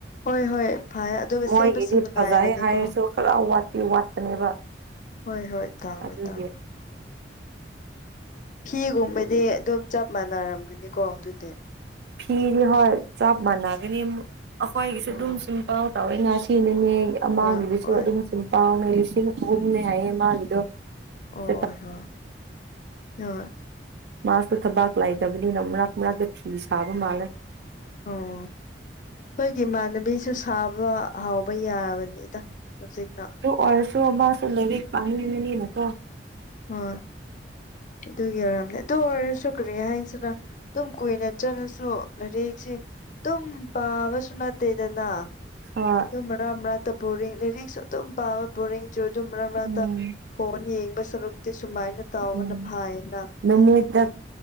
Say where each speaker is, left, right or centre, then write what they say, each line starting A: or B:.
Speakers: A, on the left; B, on the right.
A: ꯍꯣꯏ ꯍꯣꯏ ꯐꯩ ꯑꯗꯨꯒ
B: ꯃꯣꯏꯒꯤꯗꯤ
A: ꯁꯦꯠꯄꯁꯨ ꯅꯨꯡꯉꯥꯏꯕꯅꯤꯀꯣ
B: ꯐꯖꯩ ꯍꯥꯏꯔꯁꯨ ꯈꯔ ꯋꯥꯠꯇꯤ ꯋꯥꯠꯄꯅꯦꯕ
A: ꯍꯣꯏ ꯍꯣꯏ ꯇꯥꯎꯋꯦ
B: ꯑꯗꯨꯒꯤ
A: ꯇꯥꯎꯋꯦ ꯐꯤꯒꯨꯝꯕꯗꯤ ꯑꯗꯨꯝ ꯆꯞ ꯃꯥꯟꯅꯔꯝꯒꯅꯤꯀꯣ ꯑꯗꯨꯗꯤ
B: ꯐꯤꯗꯤ ꯍꯣꯏ ꯆꯞ ꯃꯅꯒꯅꯤ ꯑꯩꯈꯣꯏꯒꯤꯁꯨ
A: ꯑꯣ
B: ꯑꯗꯨꯝ ꯁꯤꯝꯄꯜ ꯇꯧꯋꯦꯅ ꯁꯤꯅꯤꯅꯦ ꯑꯃꯥꯒꯤꯗꯨꯁꯨ
A: ꯍꯣꯏ ꯍꯣꯏ
B: ꯑꯗꯨꯝ ꯄꯥꯎꯉ ꯂꯤꯁꯤꯡ ꯑꯍꯨꯝꯅꯦ ꯍꯥꯏꯌꯦ ꯃꯥꯒꯤꯗꯣ <unintelligible>
A: ꯑꯣ ꯍꯣꯏ ꯍꯣꯏ ꯑꯣ
B: ꯃꯥꯁꯨ ꯊꯕꯛ ꯂꯩꯗꯕꯅꯤꯅ ꯃꯔꯛ ꯃꯔꯛꯇ ꯐꯤ ꯁꯥꯕ ꯃꯥꯜꯂꯦ
A: ꯑꯣ ꯑꯩꯈꯣꯏꯒꯤ ꯏꯃꯥꯟꯅꯕꯤꯁꯨ ꯁꯥꯕ ꯍꯥꯎꯕ ꯌꯥꯔꯕꯅꯤꯗ ꯍꯧꯖꯤꯛꯅ
B: ꯑꯗꯨ ꯑꯣꯏꯔꯁꯨ ꯃꯥꯁꯨ ꯂꯥꯏꯔꯤꯛ ꯄꯥꯅꯤꯡꯕꯅꯤꯅꯀꯣ
A: ꯍꯣꯏ ꯑꯗꯨꯒꯤ ꯑꯣꯏꯔꯝꯅꯦ ꯑꯗꯨ ꯑꯣꯏꯔꯁꯨ ꯀꯔꯤ ꯍꯥꯏꯁꯤꯔ ꯑꯗꯨꯝ ꯀꯨꯏꯅ ꯆꯠꯂꯁꯨ ꯂꯥꯏꯔꯤꯛꯁꯦ ꯇꯨꯝ ꯄꯥꯕꯁꯨ ꯅꯠꯇꯦꯗꯅ
B: ꯑꯣ
A: ꯑꯗꯨꯝ ꯃꯔꯥ ꯃꯔꯅꯥꯥ ꯕꯣꯔꯤꯡ ꯂꯤꯔꯤꯛꯁꯨ ꯑꯗꯨꯝ ꯄꯥꯋꯦ ꯕꯣꯔꯤꯡꯁꯨ ꯑꯗꯨꯝ ꯃꯔꯥ ꯃꯔꯅꯥꯛꯇ
B: ꯎꯝ
A: ꯐꯣꯟ ꯌꯦꯡꯕ ꯁꯔꯨꯛꯇꯤ ꯁꯨꯃꯥꯏꯅ ꯇꯥꯎꯕꯅ
B: ꯎꯝ
A: ꯐꯥꯏꯌꯦꯅ
B: ꯅꯨꯃꯤꯠꯇ